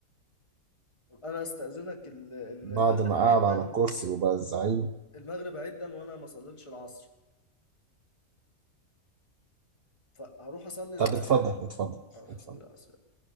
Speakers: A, on the left; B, on the right.
A: طب انا استأذنك ال- المغرب
B: بعد ما قعد
A: عيد ده
B: على الكرسي وبقى الزعيم
A: المغرب عدا وانا ما صليتش العصر فهروح اصلي العصر
B: طب اتفضل اتفضل
A: هروح
B: اتفضل
A: اصلي العصر